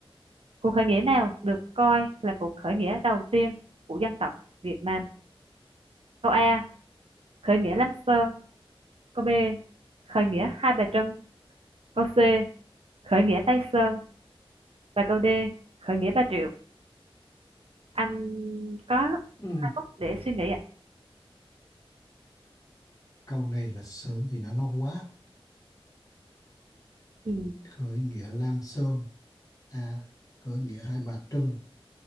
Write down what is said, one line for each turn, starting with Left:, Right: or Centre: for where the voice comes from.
Right: Cuộc khởi nghĩa nào được coi là cuộc khởi nghĩa đầu tiên của dân tộc Việt Nam? Câu A. Khởi nghĩa Lam Sơn. Câu B. Khởi nghĩa Hai Bà Trưng. Câu C. Khởi nghĩa Tây Sơn. Và câu D. Khởi nghĩa Bà Triệu. Anh có
Left: Ừ.
Right: 2 phút để suy nghĩ ạ.
Left: câu này lịch sử thì nó lâu quá
Right: Ừ.
Left: khởi nghĩa Lam Sơn à khởi nghĩa Hai Bà Trưng